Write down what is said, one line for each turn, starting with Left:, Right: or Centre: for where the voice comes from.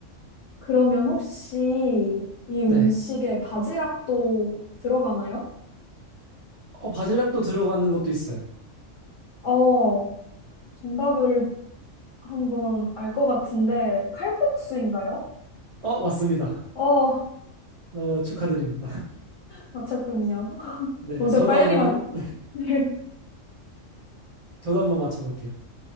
Left: 그러면 혹시 이 음식에
Right: 네.
Left: 바지락도 들어가나요?
Right: 어, 바질락도 들어가는 것도 있어요.
Left: 어, 정답을 한번 알 것 같은데 칼국수인가요?
Right: 어, 맞습니다.
Left: 어,
Right: 어, 축하드립니다. <laughs>
Left: 맞췄군요. <laughs>
Right: 네,
Left: 엄청
Right: 저도
Left: 빨리
Right: 한번
Left: 맞.
Right: 보- <laughs>
Left: <laughs>
Right: 저도 한번 맞춰볼게요.